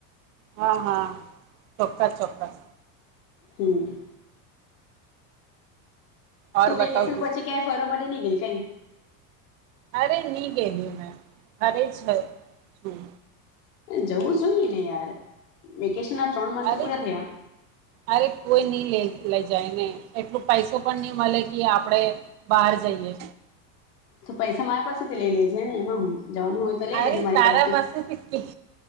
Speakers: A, on the right; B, on the left.
A: હા હા ચોક્કસ ચોક્કસ
B: હમ
A: ઓર
B: તું વેકેશન
A: બતાવ તું
B: પછી ક્યાંય ફર ની ગઈ કઈ
A: અરે ની ગયેલી મેં અરે છે છું
B: જવું જોઈએ ને યાર વેકેશન ત્રણ મંથ
A: અરે
B: તો પૂરા થયા
A: અરે કોઈ નહી લે લે જાયને એટલું પૈસો પણ નહી મલે કે આપડે બહાર જઈએ
B: તો પૈસા માર પાસેથી લઈ લેજે ને એમાં હું જવાનું હોય તો લઈ
A: અરે
B: લેજે મારી
A: તારા
B: પાસે
A: પાસેથી